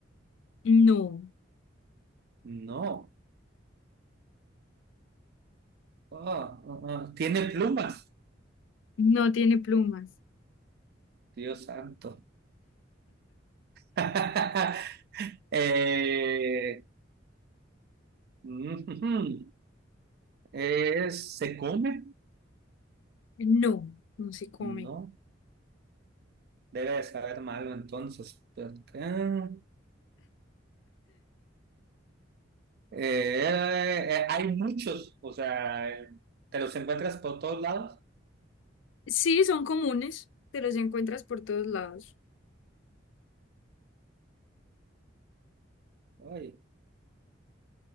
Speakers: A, on the left; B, on the right.
A: No,
B: No. Oh, ah, ah. Tiene plumas.
A: No tiene plumas.
B: Dios santo. <laughs> Eh, Ujú. <laughs> Es, ¿se come?
A: no, no se comen.
B: No, debe de saber malo entonces. Pero acá, eh, eh, hay muchos, o sea, eh, te los encuentras por todos lados.
A: Sí, son comunes, te los encuentras por todos lados.
B: Ay,